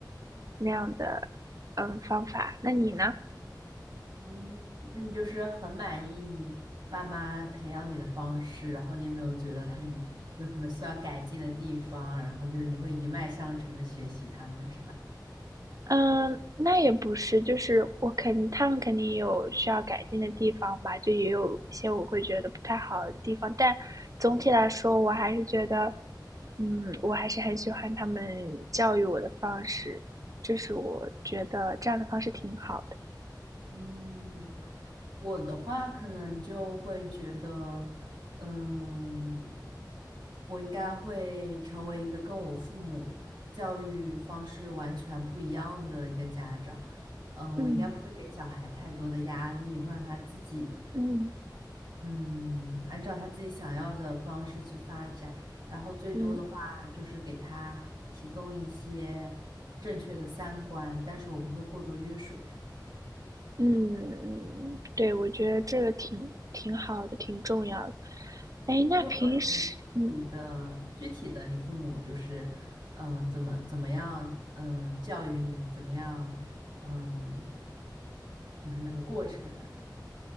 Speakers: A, on the right; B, on the right.
A: 那样的，嗯，方法。那你呢？
B: 嗯，那你就是很满意你爸妈培养你的方式，然后你有没有觉得他们有什么需要改进的地方，然后就是你会一脉相承的学习他们，是吧？
A: 嗯，那也不是，就是我肯定他们肯定有需要改进的地方吧，就也有一些我会觉得不太好的地方，但总体来说，我还是觉得，嗯，我还是很喜欢他们教育我的方式，就是我觉得这样的方式挺好的。
B: 嗯，我的话可能就会觉得，嗯，我应该会成为一个跟我父母教育方式完全不一样的一个家长。嗯，
A: 嗯
B: 我应该不会给小孩太多的压力，会让他自己，
A: 嗯
B: 嗯，按照他自己想要的方式去发展。然后最多的话就是给他提供一些正确的三观，
A: 嗯
B: 但是我不会过多约束他。
A: 嗯，对，我觉得这个挺挺好的，挺重要的。哎，那平时，
B: 你有没有什么具体的、
A: 嗯，
B: 具体的？你父母就是，嗯，怎么怎么样，嗯，教育你，怎么样，嗯，就是那个过程啊